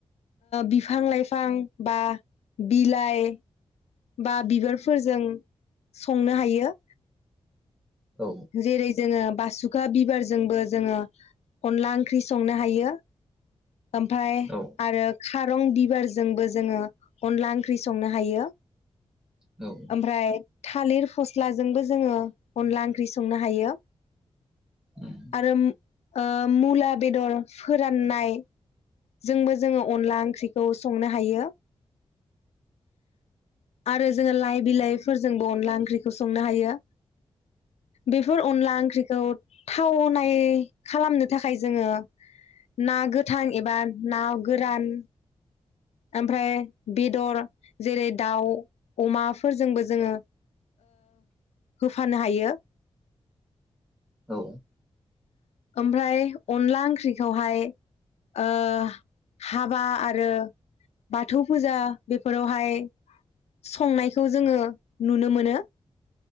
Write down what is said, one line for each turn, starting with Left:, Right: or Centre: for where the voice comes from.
Left: बिफां लाइफां बा बिलाइ बा बिबारफोरजों संनो हायो।
Centre: औ
Left: जरै जोंङो बासुखा बिबारजोंबो जोंङो अनला ओंख्रि संनो हायो। ओमफ्राय
Centre: औ
Left: आरो खारं बिबारजोंबो जोंङो अनला ओंख्रि संनो हायो।
Centre: औ
Left: ओमफ्राय थालिर फस्लाजोंबो जोंङो अनला ओंख्रि सं नो हायो।
Centre: उम,
Left: आरो मुला बेदर फोराननाय। जोंबो जोङो अनला ओंख्रिखौ संनो हायो आरो जोंङो लाइ बिलाइफोरजोंबो अनला ओंख्रिखौ संनो हायो बेफोर अनला ओंख्रिखौ थावनाय खालामनो थाखाय जोंङो ना गोथां एबा ना गोरान ओमफ्राय बेदर जेरै दाउ अमाफोरजोंबो जोंङो होफानो हायो।
Centre: औ
Left: ओमफ्राय अनला ओंख्रिखौहाय ओ हाबा आरो बाथौ फुजा बेफोरावहाय संनायखौ जोंङो नुनो मोनो।